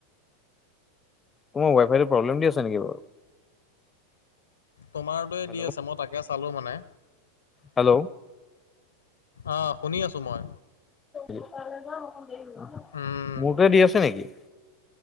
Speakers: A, on the left; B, on the left.
A: তোমাৰ ৱাইফাইটো প্ৰব্লেম দি আছে নেকি বাৰু।
B: তোমাৰটোয়ে
A: হেল্ল'
B: দি আছে মই তাকে চালো মানে।
A: হেল্ল'।
B: অ' শুনি আছো মই।
A: মোৰটোৱে
B: উম
A: দি আছে নেকি?